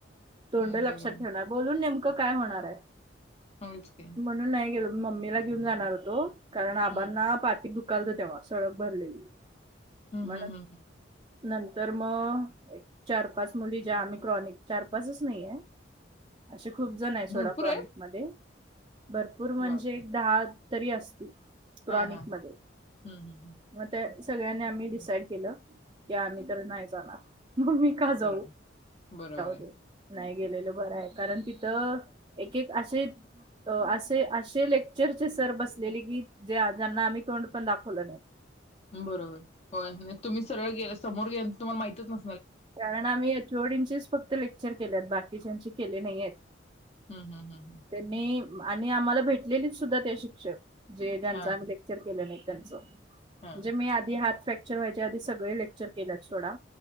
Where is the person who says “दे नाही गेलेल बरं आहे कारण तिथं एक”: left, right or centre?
Right